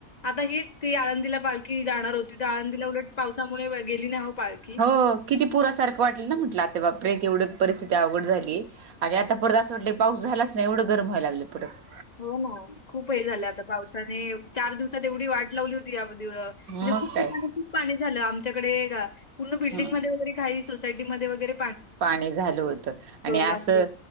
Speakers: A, on the left; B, on the right.
A: आता हीच ती आळंदीला पालखी जाणार होती तर आळंदीला उलट पावसामुळे गेली नाही पालखी.
B: हो किती पुरासारख वाटल ना म्हटल आता बापरे एवढी परिस्थिती अवघड झालीय, आणि आता परत अस वाटले पाऊस झालाच नाही एवढ गरम व्हायला लागल परत,
A: हो ना खूप हे झालय आता पावसाने चार दिवसात एवढी वाट लावली होती या दीअ म्हणजे
B: मग
A: खूप
B: काय
A: ठिकाणी खूप पाणी झाल आमच्याकडे का पूर्ण बिल्डिंगमध्ये
B: हम्म
A: वगैरे काही सोसायटी मध्ये वगैरे
B: पाणी झाल होत आणि
A: कोल्हापूर
B: अस